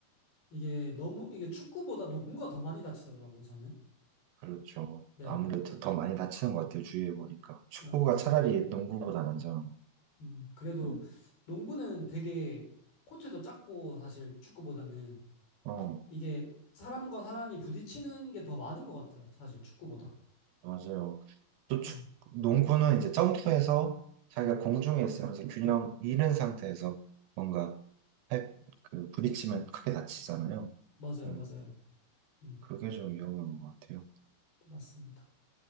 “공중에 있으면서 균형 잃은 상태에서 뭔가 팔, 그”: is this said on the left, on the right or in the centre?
Right